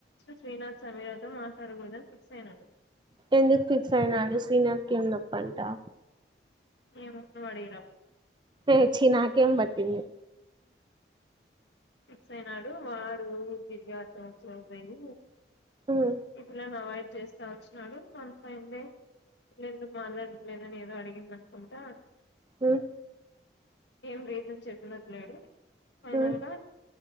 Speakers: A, on the left (about 85°); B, on the right (about 25°).
A: శ్రీనాథ్ సమీరాతో మాట్లాడగూడదని ఫిక్స్ అయినాడు
B: ఎందుకు ఫిక్స్ అయినాడు శ్రీనాథ్ కి ఏం నొప్పంటా
A: ఏమో నువ్వడిగిరాప్
B: ఏ ఛీ నాకేం బట్టింది
A: ఫిక్సైనాడు వాడ్ పోయి దివ్యాతో క్లోజ్ అయి
B: ఉమ్
A: ఈప్పిల్లని అవైడ్ చేస్తా వచ్చినాడు వన్ ఫైన్ డే ఎందుకు మాట్లాడం లేదని ఏదో అడిగిందనుకుంటా
B: ఉమ్
A: ఏం రీజన్ చెప్పినట్లేడు ఫైనల్
B: ఉమ్
A: గా